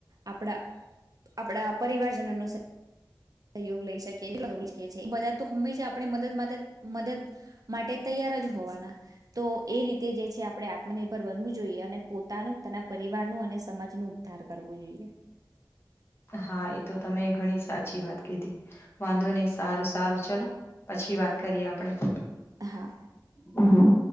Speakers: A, on the right; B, on the left.
A: આપણા આપણા પરિવારજનો નો સહયોગ લઈ શકીએ બધા તો હંમેશા આપણે મદદ મદદ મદદ માટે તૈયાર જ હોવાના. તો એ રીતે જે છે આપણે આત્મનિર્ભર બનવું જોઈએ અને પોતાનું પોતાના પરિવારનું અને સમાજનું ઉદ્ધાર કરવો જોઈએ.
B: હા એ તો તમે ઘણી સાચી વાત કીધી. વાંધો નહી સારું સારું ચલો. પછી વાત કરીએ આપડે.
A: હા
B: હમ